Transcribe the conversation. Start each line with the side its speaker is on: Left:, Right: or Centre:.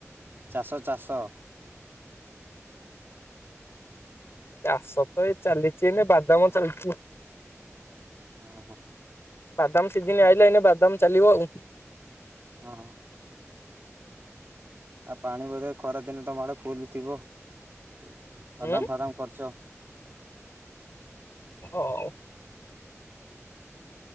Right: ଚାଷ ଚାଷ?
Left: ଚାଷ ତ ଏଇ ଚାଲିଚି ଏଇନେ ବାଦାମ ଚାଲିଚି।
Right: ଅଁ ହଁ।
Left: ବାଦାମ ସିଜିନି ଆଇଲେ ଏଇନେ ବାଦାମ ଚାଲିବ ଆଉ।
Right: ଅଁ ଆଉ ପାଣି ବୋଧେ ଖରାଦିନେ ତମ ଆଡ଼େ ଫୁଲ୍ ଥିବ ବାଦାମ
Left: ହୁଁ
Right: ଫାଦାମ କରିଚ।
Left: ହଉ।